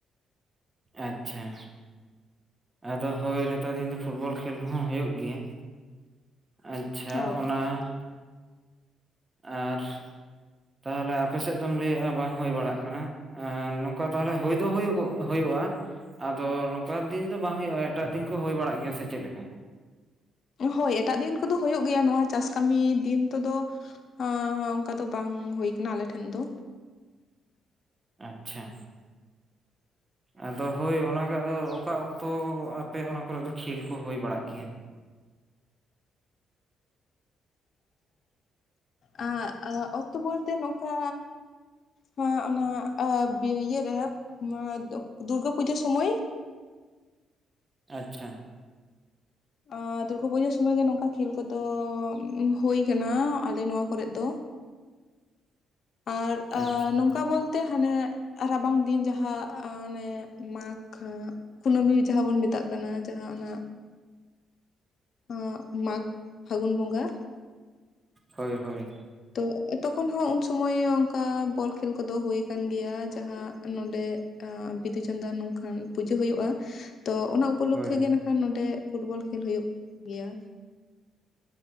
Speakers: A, on the right; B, on the left.
A: ᱟᱪᱪᱷᱟ। ᱟᱫᱚ ᱦᱳᱭ। ᱱᱮᱛᱟᱨ ᱫᱤᱱ ᱫᱚ ᱯᱷᱩᱴᱵᱚᱞ ᱠᱷᱮᱞ ᱠᱚᱦᱚᱸ ᱦᱩᱭᱩᱜ ᱜᱮᱭᱟ। ᱟᱪ ᱼᱼ ᱪᱷᱟ
B: ᱦᱳᱭ
A: ᱚᱱᱟ ᱼᱼ ᱟᱨ, ᱛᱟᱦᱚᱞᱮ ᱟᱯᱮ ᱥᱮᱫ ᱫᱚᱢ ᱞᱟᱹᱭᱮᱫᱼᱟ᱾ ᱵᱟᱝ ᱦᱳᱭ ᱵᱟᱲᱟᱜ ᱠᱟᱱᱟ। ᱮ ᱱᱚᱝᱠᱟ ᱛᱟᱦᱚᱞᱮ ᱦᱳᱭ ᱫᱚ ᱦᱳᱭᱩᱜᱚᱜ ᱦᱩᱭᱩᱜᱼᱟ। ᱟᱫᱚ ᱱᱚᱝᱠᱟᱱ ᱫᱤᱱ ᱫᱚ ᱵᱟᱝ ᱦᱩᱭᱩᱜᱼᱟ। ᱮᱴᱟᱜ ᱫᱤᱱ ᱠᱚ ᱦᱩᱭ ᱵᱟᱲᱟᱜ ᱜᱮᱭᱟ᱾ ᱥᱮ ᱪᱮᱫ ᱞᱮᱠᱟ?
B: ᱦᱳᱭ ᱮᱴᱟᱜ ᱫᱤᱱ ᱠᱚᱫᱚ ᱦᱩᱭᱩᱜ ᱜᱮᱭᱟ। ᱱᱚᱣᱟ ᱪᱟᱥ ᱠᱟᱹᱢᱤ ᱫᱤᱱ ᱛᱮᱫᱚ ᱼᱼ ᱦᱚᱸ, ᱚᱱᱠᱟ ᱫᱚ ᱵᱟᱝ ᱦᱩᱭ ᱟᱠᱟᱱᱟ ᱟᱞᱮᱴᱷᱮᱱ ᱫᱚ।
A: ᱟᱪᱪᱷᱟ।
B: <inaudible>
A: ᱟᱫᱚ ᱦᱳᱭ, ᱚᱱᱟᱜᱮ ᱟᱫᱚ, ᱚᱠᱟ ᱚᱠᱛᱚ ᱟᱯᱮ ᱚᱱᱟ ᱠᱚᱨᱮᱫ ᱫᱚ ᱠᱷᱮᱞ ᱠᱚ ᱦᱳᱭ ᱵᱟᱲᱟᱜ ᱜᱮᱭᱟ?
B: ᱮᱸᱜ, ᱟᱜ, ᱚᱠᱛᱚ ᱵᱚᱞᱛᱮ ᱱᱚᱝᱠᱟᱻ, ᱦᱮᱸ ᱚᱱᱟ ᱼᱼ ᱮ ᱵᱤ ᱤᱭᱟᱹ ᱨᱮ। <unintelligible> ᱫᱩᱨᱜᱟᱹ ᱯᱩᱡᱟᱹ ᱥᱚᱢᱚᱭ।
A: ᱟᱪᱪᱷᱟ।
B: ᱚᱸᱻ ᱫᱩᱨᱜᱟᱹ ᱯᱩᱡᱟᱹ ᱥᱚᱢᱚᱭ ᱜᱮ ᱱᱚᱝᱠᱟ ᱠᱷᱮᱞ ᱠᱚᱫᱚ ᱦᱩᱭ ᱠᱟᱱᱟ। ᱟᱞᱮ ᱱᱚᱣᱟ ᱠᱚᱨᱮᱜ ᱫᱚ। ᱟᱨ ᱟ
A: ᱟᱪᱪᱷᱟ
B: ᱱᱚᱝᱠᱟ ᱵᱚᱞᱼᱼ ᱛᱮ ᱦᱟᱱᱮ ᱮᱜ ᱟ ᱨᱟᱵᱟᱝ ᱫᱤᱱ ᱡᱟᱦᱟᱸ ᱟᱸ ᱚᱱᱮ ᱢᱟᱠ ‌ᱦᱟᱸᱜ᱾ ᱠᱩᱱᱟᱹᱢᱤ ᱡᱟᱦᱟᱸ ᱵᱚᱱ ᱢᱮᱛᱟᱜ ᱠᱟᱱᱟ ᱡᱟᱦᱟᱸ ᱚᱱᱟ᱾ ᱟᱸᱻᱜ ᱢᱟᱜᱽ ᱯᱷᱟᱹᱜᱩᱱ ᱵᱚᱸᱜᱟ᱾
A: ᱦᱳᱭ ᱦᱳᱭ᱾
B: ᱛᱚ ᱛᱚᱠᱷᱚᱱ ᱦᱚᱸ ᱩᱱ ᱥᱩᱢᱟᱹᱭ ᱚᱱᱠᱟ ᱵᱚᱞ ᱠᱷᱮᱞ ᱠᱚᱫᱚ ᱦᱩᱭ ᱠᱟᱱ ᱜᱮᱭᱟ ᱡᱟᱦᱟᱸ ᱱᱚᱸᱰᱮ ᱼ ᱟᱸ ᱵᱤᱫᱩ ᱪᱟᱸᱫᱟᱱ ᱱᱚᱝᱠᱟᱱ ᱯᱩᱡᱟᱹ ᱦᱩᱭᱩᱜ-ᱟ ᱛᱚ ᱚᱱᱟ ᱚᱠᱼᱼ ᱩᱯᱚᱞᱚᱠᱠᱷᱤ
A: ᱦᱳᱭ
B: ᱜᱮ ᱱᱟᱠᱷᱟᱱ ᱱᱚᱸᱰᱮ ᱯᱷᱩᱴᱵᱚᱞ ᱠᱷᱮᱞ ᱦᱩᱭᱩᱜ ᱜᱮᱭᱟ᱾